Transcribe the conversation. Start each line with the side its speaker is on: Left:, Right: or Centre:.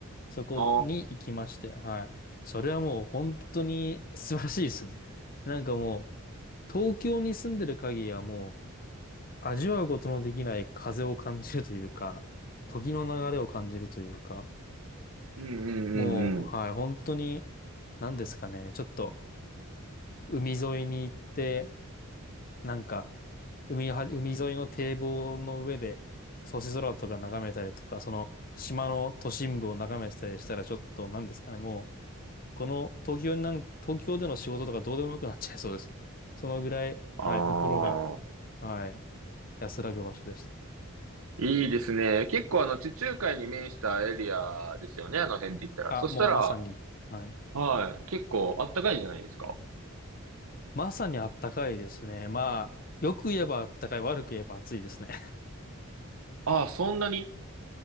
Left: そこに行きまして、
Right: あ、
Left: はい。それはもう本当に素晴らしいですね。なんかもう東京に住んでる限りはもう味わうことのできない風を感じるというか、時の流れを感じるというか、
Right: うんうんうんうん。
Left: もう、はい、本当に、何ですかね、ちょっと、海沿いに行って、なんか、海は、海沿いの堤防の上で、星空とか眺めたりとか、その、島の都心部を眺めてたりしたら、ちょっと、何ですかね、もう、この、東京になん、東京での仕事とかどうでもよくなっちゃいそうですね。そのぐらい、
Right: ああ、
Left: はい、心が、はい、安らぐ場所でした。
Right: いいですね。結構あの地中海に面したエリアですよね。あの辺って言ったら。
Left: あ、
Right: そしたら、
Left: もうまさに、はい。
Right: はい。結構あったかいんじゃないですか。
Left: まさにあったかいですね。まあ、よく言えばあったかい、悪く言えば暑いですね。
Right: ああ、そんなに。